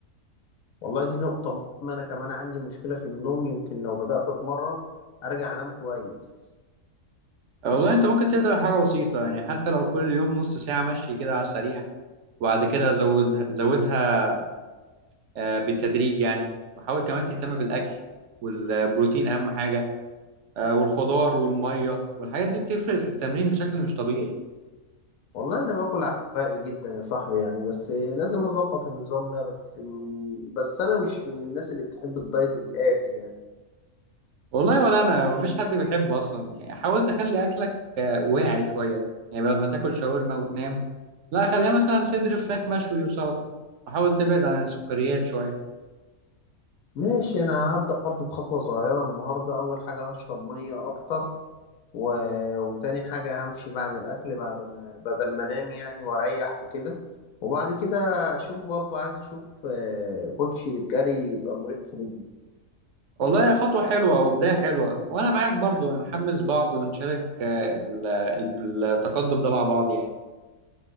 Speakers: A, on the left; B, on the right.
A: والله دي نقطة مهمة أنا كمان عندي مشكلة في النوم يمكن لو بدأت أتمرن أرجع أنام كويس
B: آه، والله انت ممكن تبدأ بحاجة بسيطة يعني حتى لو كل يوم نص ساعة مشي كده على السريع وبعد كده زودها زودها آه، بالتدريج يعني وحاول كمان تهتم بالأكل والبروتين أهم حاجة آه، والخضار والمية والحاجات دي بتفرق في التمرين بشكل مش طبيعي
A: والله انا باكل عشوائي جدا يا صاحبي يعني بس لازم اظبط النظام ده بس بس انا مش من الناس اللي بتحب الدايت القاسي يعني
B: والله ولا أنا مفيش حد بيحبه أصلا يعني حاول تخلي أكلك آه، واعي شوية يعني بدل ما تاكل شاورما وتنام لا خليها مثلا صدر فراخ مشوي وسلطة وحاول تبعد عن السكريات شوية
A: ماشي انا هبدأ برضو بخطوة صغيرة النهاردة اول حاجة هشرب مية اكتر و... وتاني حاجة همشي بعد الاكل بعد ما بدل ما انام يعني واريح وكده وبعد كده اشوف برضو عايز اشوف آه، كوتشي للجري يبقى مريح في رجلي
B: والله خطوة حلوة وبداية حلوة وأنا معاك برضو نحمس بعض ونشارك آه، ال- ال- التقدم ده مع بعض يعني